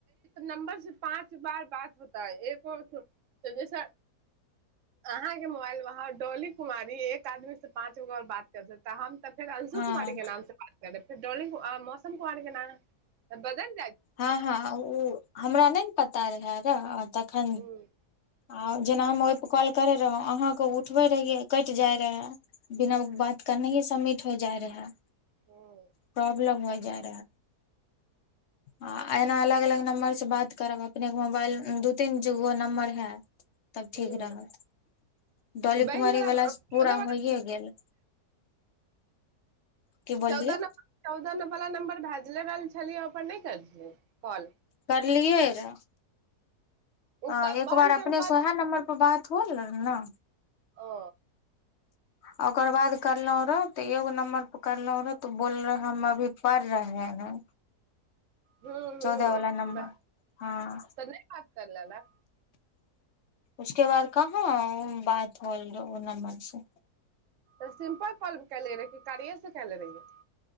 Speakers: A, on the right; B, on the left.
A: नंबर से पाँच बार बात होताै एक जैस अहाँके मोबाइल वाँ डोली कुमारी एक आदमी से पाँच गो बात कर स त हम त फेर अंशु
B: हँ
A: कुमारी के नाम से बात फेर ली मौसम कुमारी के तऽ बदल
B: हँ हँ हमरा नहि ने पता रहै र तऽखन
A: हूँ
B: आ जेना हम ओहिप कॉल करे रहौ अहाँके उठबे रहियै कटि जाय रहे बिना
A: हूँ
B: बात करने ह सबमीट हो जाय रहै
A: हूँ
B: प्रॉब्लम हो जाय आ एऐना अलग अलग नम्बर से बात करब अपने के मोबाइल दू तीनगो नम्बर है तब
A: हूँ
B: ठीक रहत डोली
A: बहिन
B: कुमारी
A: वला चौदह
B: वलास पूरा
A: वला
B: होइए गेल की बोललियै
A: चौदह न चौदह नंबर भए ल छलियै ओ अपन नहि करियै कॉल
B: करलियै रऽ
A: ओ
B: ह एक
A: बहन
B: बार
A: के
B: अपने
A: हम कहलियै
B: से ओहे नंबर पर बात ोल न
A: ओ
B: आ ओकर बाद करलहुं रहो तऽ एगो नम्बर पर करलहु रहो तो बोल रहे हम अभी पढ़ रहे हैं
A: हू
B: चौदह
A: हू
B: वाला नम्बर
A: ब
B: हँ
A: तने बात करलेले ने
B: उसके बाद कहाँ बात होल नम्बर से
A: तऽ सिम्पल काल के ले रहै कार्या से के ले रहहियै